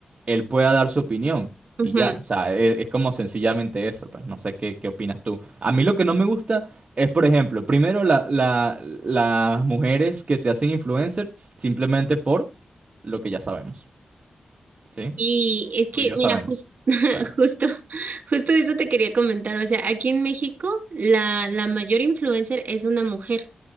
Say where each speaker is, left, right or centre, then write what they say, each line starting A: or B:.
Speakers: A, on the right (about 45°); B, on the right (about 60°).
A: él pueda dar su opinión.
B: ujú.
A: Y ya, o sea, e- es, como sencillamente eso, pues no sé qué, qué opinas tú. A mí lo que no me gusta es, por ejemplo, primero la- la- las mujeres que se hacen influencer simplemente por lo que ya sabemos, ¿sí?
B: Y es que,
A: Lo que ya
B: mira,
A: sabemos.
B: jus- <laughs>
A: O sea,
B: justo, justo de eso te quería comentar. O sea, aquí en México, la, la mayor influencer es una mujer.